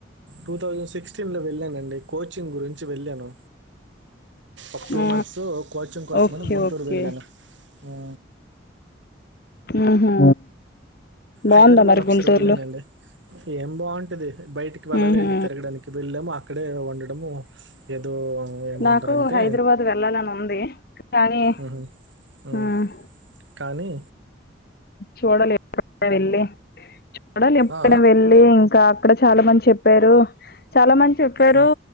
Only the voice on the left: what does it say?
ఆ
ఓకే
ఓకే
ఉహు బాగుందా
మరి
గుంటూరులో
ఉహు
నాకు హైదరాబాద్ వెళ్లాలని ఉంది కానీ
ఉమ్
చూడాలి ఎప్పుడ వెళ్ళి చూడాలి ఎప్పుడు
వెళ్లీ ఇంకా అక్కడ చాలా మంది చెప్పారు చాలా మంది చెప్పారు